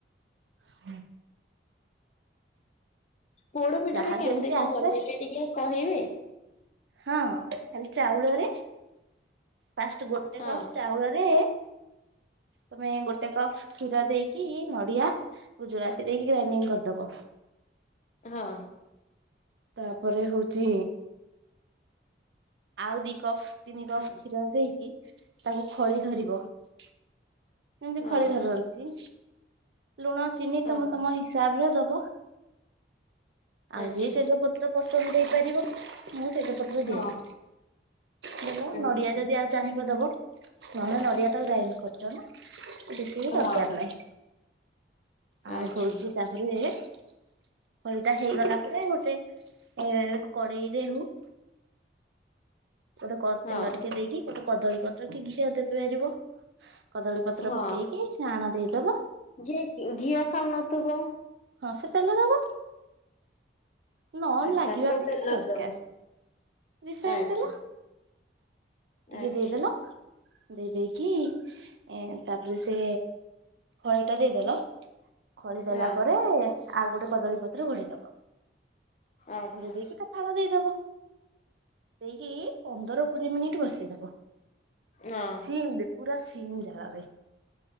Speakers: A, on the right; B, on the left.
A: ହୁଁ।
B: ପୋଡ ପିଠାଟା
A: ଯାହା
B: କେମିତି
A: ଯେମିତି
B: କଣ
A: ଆସେ
B: ବନେଇଲେ ଟିକେ କହିବେ।
A: ହଁ ଖାଲି ଚାଉଳ ରେ। ଫାର୍ଷ୍ଟ ଗୋଟେ
B: ହଁ
A: କପ ଚାଉଳରେ। ତମେ ଗୋଟେ କପ କ୍ଷୀର ଦେଇକି ନଡିଆ ଗୁଜୁରାତି ଦେଇକି ଗ୍ରାଇଣ୍ଡିଙ୍ଗ କରିଦବ।
B: ହଁ।
A: ତାପରେ ହଉଚି। ଆଉ ଦି କପ ତିନି କପ କ୍ଷୀର ଦେଇକି। ତାକୁ ଖଳି ଧରିବ
B: ହୁଁ,
A: କେମିତି
B: ହଁ
A: ଖଳି ଧରନ୍ତି। ଲୁଣ ଚିନି
B: ହଁ
A: ତମେ ତମ ହିସାବରେ ଦବ ଆଉ
B: ଆଚ୍ଛା
A: ଯିଏ ସେଜ ପତ୍ର। ପସନ୍ଦ ଦେଇ ପାରିବ। ମୁଁ ତେଜପତ୍ର
B: ହଁ।
A: ଦିଏନି ବେଲ
B: ଆଚ୍ଛା
A: ନଡ଼ିଆ ଯଦି ଆଉ ଚାହିଁବ ଦବ। ନହେଲେ ନଡ଼ିଆ ତ ଗ୍ରାଇଣ୍ଡ କରୁଛ ନା ବେଶୀ ବି ଦରକାର
B: ହଁ।
A: ନାହିଁ। ଆଉ
B: ଆଚ୍ଛା
A: ହଉଛି ତାପରେ। ଏଇଟା ହେଇଗଲା ପରେ ଗୋଟେ ଏ କଡ଼େଇରେ ହଉ। ଗୋଟେ କ
B: ହଁ
A: ତେଲ ଟିକେ ଦେଇକି ଗୋଟେ କଦଳୀ ପତ୍ର କି ଘିଅ ଦେଇ ପାରିବ। କଦଳୀ ପତ୍ର
B: ହଁ
A: ପକେଇକି ସେ ଆଣ ଦେଇଦବ।
B: ଯିଏ ଘି-ଘିଅ ଖାଉନଥୁବ।
A: ହଁ ସେ ତେଲ ଦବ। ନ
B: ଆଚ୍ଛା
A: ଲାଗିବା
B: କୋଉ
A: ପାଇଁ
B: ତେଲରେ
A: ଟିକେ ଦରକାର
B: ଦବ
A: ରିଫାଇନ
B: ଆଚ୍ଛା
A: ତେଲ। ଟିକେ
B: ଆଚ୍ଛା
A: ଦେଇଦେଲ। ଦେଇ ଦେଇକି ଏଁ ତାପରେ ସେ ଖଳି ଟା ଦେଇଦେଲ। ଖଳି ଦେଲା
B: ହଁ
A: ପରେ ଆଉ ଗୋଟେ କଦଳୀ ପତ୍ର ଘୁଡେଇ ଦବ।
B: ଆଚ୍ଛା
A: ଘୁରେଇ ଦେଇକି ତା ଫାଳ ଦେଇଦବ। ଦେଇକି ପନ୍ଦର କୋଡିଏ ମିନିଟ ବସେଇଦବ।
B: ନାଁ।
A: ସିମ ରେ ପୁରା ସିମ ଜାଳରେ